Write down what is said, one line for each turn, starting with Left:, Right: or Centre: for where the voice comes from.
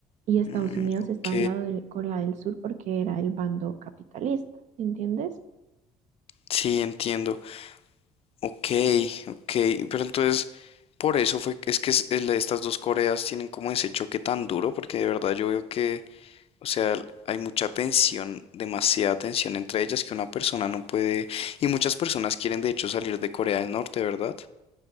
Right: y Estados
Left: Mm,
Right: Unidos
Left: ok,
Right: estaba al lado de Corea del Sur porque era el bando capitalista, ¿sí ¿entiendes?
Left: sí, entiendo. Ok, ok, pero entonces, por eso fue, que- es que es- el- estas dos Coreas tienen como ese choque tan duro, porque de verdad yo veo que O sea, hay mucha tensión, demasiada tensión entre ellas que una persona no puede... Y muchas personas quieren de hecho salir de Corea del Norte, ¿verdad?